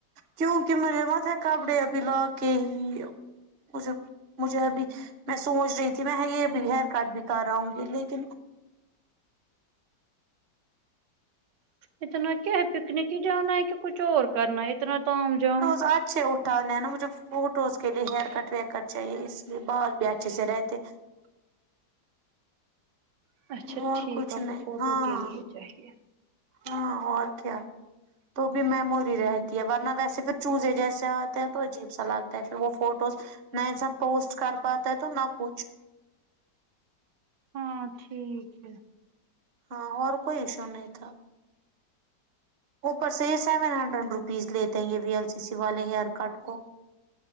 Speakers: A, on the right; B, on the right.
A: کیوںکہ مرمت ہے کپڑے ابھی لا کے ہی مے <unintelligible> مجھے ابھی میں سوچ رہی تھی میں یہ بھی ہیئر کٹ بھی کرونگی گی لیکن
B: اتنا کیا ہے پکنک ہی جانا ہے کہ کچھ اور کرنا ہے اتنا توم جام
A: اچھ اٹھ ہے نا مجھے فوٹوز کے لیے ہیئر کٹ ویئر کٹ چاہیے اس لیے بال بھی اچھے سے رہتے
B: اچھا
A: اور
B: ٹھیک
A: کچھ
B: آپ
A: نہیں
B: کو فوٹو
A: ہاں
B: کے لیے چاہیے
A: ہاں اور کیا تو بھی میموری رہتی ہے ورنہ ویسے پھر چوز ہے جیسے آتے ہیں تو عجیب سا لگتا ہے پھر وہ فوٹوز نہ ایسا پوسٹ کر پاتا ہے تو نہ کچھ
B: ہاں ٹھیک ہے
A: ہاں اور کوئی ایشو نہیں تھا اوپر سے یہ سیون ہنڈریڈ روپیز لیتےیں گے وی ایل سی سی والے ہیئر کٹ کو